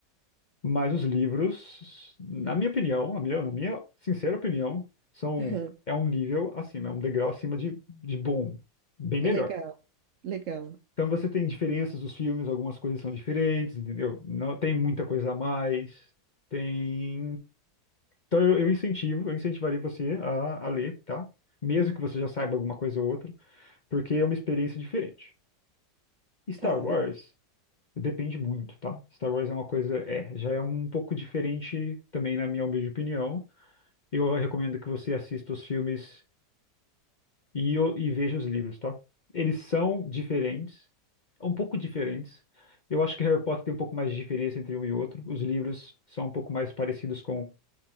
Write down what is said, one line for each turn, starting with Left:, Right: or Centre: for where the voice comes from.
Left: mas os livros, na minha opinião, na minha, na minha sincera opinião, são,
Right: aham.
Left: é um nível acima, é um degrau acima de, de bom, bem melhor.
Right: Legal, legal.
Left: Então você tem diferenças dos filmes, algumas coisas são diferentes, entendeu? Não tem muita coisa a mais. Tem. Então eu, eu incentivo, eu incentivaria você a, a ler, tá? Mesmo que você já saiba alguma coisa ou outra, porque é uma experiência diferente. Star
Right: Tá.
Left: Wars depende muito, tá? Star Wars é uma coisa, é, já é um pouco diferente também na minha humilde opinião. Eu recomendo que você assista os filmes e, o- e veja os livros, tá? Eles são diferentes, um pouco diferentes. Eu acho que Harry Potter tem um pouco mais de diferença entre um e outro. Os livros são um pouco mais parecidos com